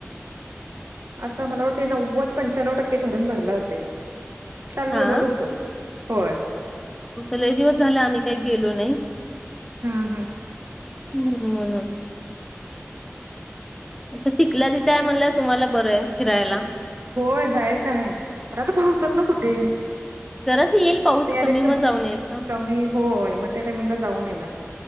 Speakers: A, on the right; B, in the centre.
A: आता मला वाटतय नव्वद पंच्यान्नव टक्के धरण भरलं असेल, काल
B: हा
A: नव्वद होत होय.
B: लय दिवस झाल आम्ही काय गेलो नाही.
A: हां हां.
B: हम्म म्हणून. आता तिथल्या तिथ आहे म्हणल्या वर तुम्हाला बरंय फिरायला.
A: होय जायाचं हाय पर आता पावसातन कुठे?
B: जरास येईल पाऊस
A: ते आलेत
B: कमी मग
A: की
B: जाऊन यायच.
A: कमी होय मग त्या टाईमिंगला जाऊन येणार